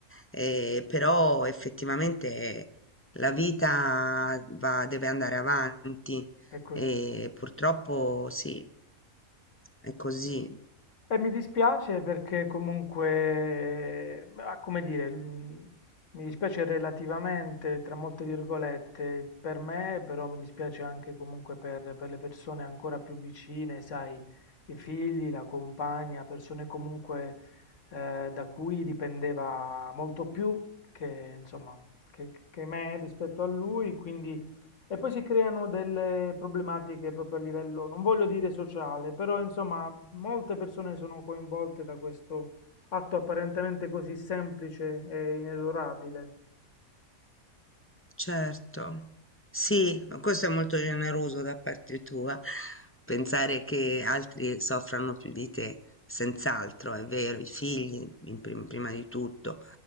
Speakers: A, on the left; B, on the left.
A: eh, però effettivamente la vita va- deve andare avanti
B: è così.
A: e purtroppo sì, è così.
B: E mi dispiace perché comunque, ma come dire, mh, mi dispiace relativamente, tra molte virgolette, per me, però mi dispiace anche comunque per, per le persone ancora più vicine, sai, i figli, la compagna, persone comunque eh, da cui dipendeva molto più che, insomma, che, che me rispetto a lui, quindi... E poi si creano delle problematiche proprio a livello, non voglio dire sociale, però insomma molte persone sono coinvolte da questo atto apparentemente così semplice e inesorabile.
A: Certo, sì, ma questo è molto generoso da parte tua, pensare che altri soffrano più di te, senz'altro, è vero, i figli in prim- prima di tutto,